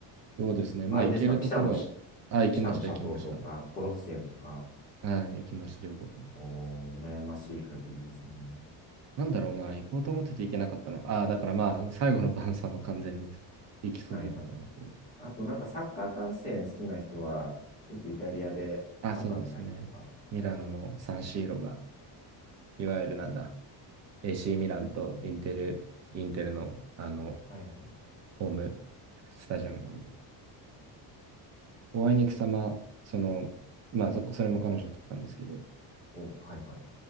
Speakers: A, on the right; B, on the left.
A: そうですね。まあ、
B: あれですか、
A: 行けるところ
B: ピサのし、
A: は、あ、行きました、
B: ピサの斜塔とか、
A: 行きました。
B: コロッセオとか、
A: はい、行きました、両方とも。
B: おー、羨ましい限りですね。
A: なんだろうな、行こうと思ってて行けなかったの。ああ、だからまあ、最後の晩餐は完全に行きそびれたのと。
B: はいはいはい。あとなんかサッカー観戦好きな人は、よくイタリアでサッカー見たりとか。
A: あ、そうですね。ミラノのサンシーロが、いわゆるなんだ、AC ミランとインテル、インテルの、あの、
B: はいはい。
A: ホームスタジアムなので。お会いに行く様その、まあ、そそれも彼女だったんですけど、
B: お、はいはい。